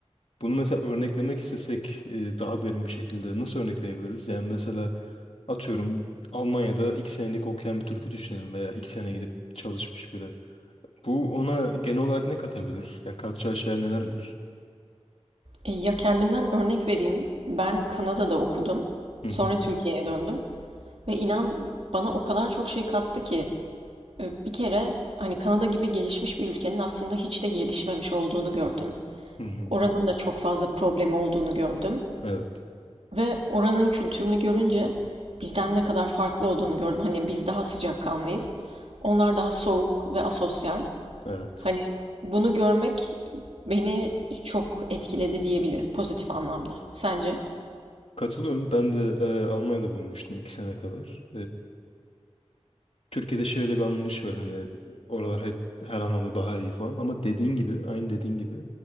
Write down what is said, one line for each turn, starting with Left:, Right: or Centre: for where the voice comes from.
Left: Bunu mesela örneklemek istesek e, daha derin bir şekilde nasıl örnekleyebiliriz? Yani mesela atıyorum Almanya'da iki senelik okuyan bir Türk'ü düşünelim veya iki sene gidip çalışmış biri. Bu ona genel olarak ne katabilir? Ya katacağı şeyler nelerdir?
Right: E, ya kendimden örnek vereyim. Ben Kanada'da okudum.
Left: Hı
Right: Sonra
Left: hı.
Right: Türkiye'ye döndüm. Ve inan bana o kadar çok şey kattı ki. E, bir kere hani Kanada gibi gelişmiş bir ülkenin aslında hiç de gelişmemiş olduğunu gördüm.
Left: Hı hı.
Right: Oranın da çok fazla problemi olduğunu gördüm
Left: Evet.
Right: ve oranın kültürünü görünce bizden ne kadar farklı olduğunu gördüm. Hani biz daha sıcakkanlıyız. Onlar daha soğuk ve asosyal.
Left: Evet.
Right: Hani bunu görmek beni çok etkiledi diyebilirim pozitif anlamda. Sence?
Left: Katılıyorum. Ben de e, Almanya'da bulunmuştum iki sene kadar. Türkiye'de şöyle bir anlayış var hani oralar hep her anlamda daha iyi falan ama dediğin gibi aynı dediğin gibi